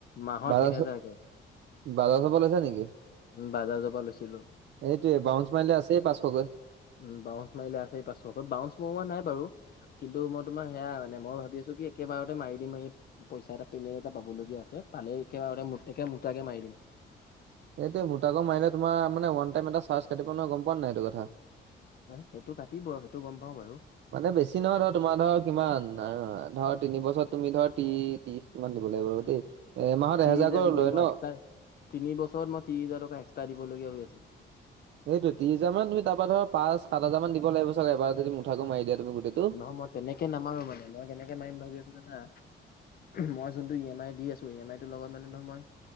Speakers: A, on the left; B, on the right.
A: মাহত
B: বাজাজ
A: এহেজাৰকে।
B: বাজাজৰ পৰা লৈছা নেকি?
A: উম বাজাজৰ পৰা লৈছিলো।
B: এইটোৱে বাউন্সাৰ মাইলে আছে পাঁচশকৈ।
A: উম বাউন্স মাৰিলে আছে পাঁচশকৈ বাউন্স মৰোৱা নাই বাৰু। কিন্তু মই তোমাৰ সেয়া মানে মই ভাবি আছোঁ কি একেবাৰতে মাৰি দিম- পইচা এটা পেমেণ্ট এটা পাব লগীয়া আছে পালে একেবাৰে একে মুটাকে মাৰি দিম।
B: এইটো মুটাকে মাৰিলে তোমাৰ মানে ৱান টাইম এটাৰ্জ কাটিব নহয় গম পোৱা নাইটো এইটো কথা?
A: সেইটো কাটিব সেইটো গম পাওঁ বাৰু।
B: মানে বেছি নহয় ধৰ তোমাৰ ধৰ কিমান আৰু ধৰ তিনি বছৰত তুমি ধৰ ত্ৰি ত্ৰিশ কিমান দিব লাগিব ৰ দেই এমাহত
A: ত্ৰিশ
B: এহেজাৰ
A: হাজাৰ দিব
B: লয়
A: মই
B: ন'?
A: এক্সট্ৰা তিনি বছৰত মই তিছ হাজাৰ কে এক্সট্ৰা দিবগ হৈছিলে।
B: সেইটোৱে ত্ৰিহাজাৰ তুমি তাপা ধৰ পাঁস সাত হাজাৰ মান দিব লাগিব চাগে এবাৰত যদি মুঠাক মাৰি দিয়া তুমি গোটেইটো।
A: অ' মই তেনেকে নামাৰো মানে মই কেনেকে মাৰিম ভাবি আছো জানা। মই যোনটো ই এম আই দি আছো ই এম আই তৰ লগত মানে ধৰ মই-